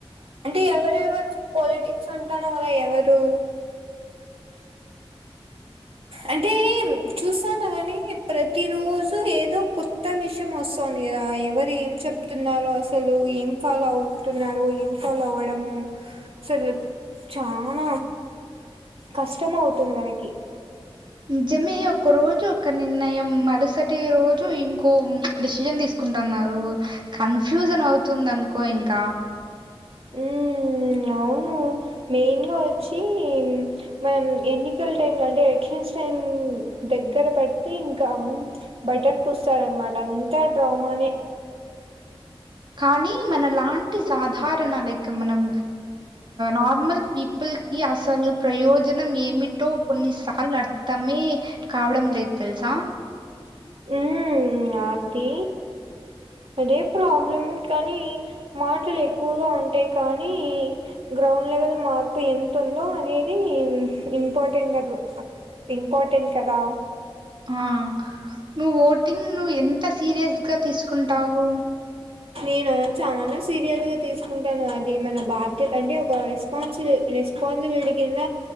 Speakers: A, on the right; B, on the right.
A: అంటే ఎవరెవరు పోలిటిక్స్ అంటావు కదా ఎవరు అంటే చూస్తాన కని ప్రతి రోజు ఏదో కొత్త విషయం వస్తుందిగ ఎవరు ఏం చెప్తున్నారో అసలు ఏం ఫాలో అవుతున్నారు ఏం ఫాలో అవ్వడమో అసలు చాన కష్టం అవుతుంది మనకి
B: నిజమే ఒక రోజ ఒక నిర్ణయం మారుసటి రోజ ఇంకో డిసిజన్ తీసుకుంటున్నారు కన్ఫ్యూజన్ అవుతుంది అనుకో ఇంక
A: ఉమ్ అవును మెయిన్ గా వచ్చి మనం ఎన్నికల టైమ్ లో అంటే ఎలక్షన్స్ టైం దగ్గర పడితే ఇంకా బటర్ పూస్తారనమాట అంతా డ్రామానే
B: కానీ మన లా సాధారణ లైక్ మనం నార్మల్ పీపుల్ కి అసలు ప్రయో జనం ఏమిటో కొన్నిసార్లు అర్థమే కావడం లేదు తెలుస
A: ఉమ్ అది అదే ప్రాబ్లం కానీ మాటలు ఎక్కువగా ఉంటాయి కానీ <unintelligible> లెవెల్ మార్పు ఎంత ఉందో అనేది ఇంపార్టెంట్ కదు ఇంపార్టెంట్ కదా
B: ఆ నువ్ ఓటింగ్ నువ్ ఎంత సీరియస్ <unintelligible> తీసుకుంటావు
A: నేను చానా సీరియస్గా తీసుకుంటాను అది మన బాధ్యత అంటే ఒక రెస్పాన్సి రెస్ రెస్పాన్సిబిలిటీ కింద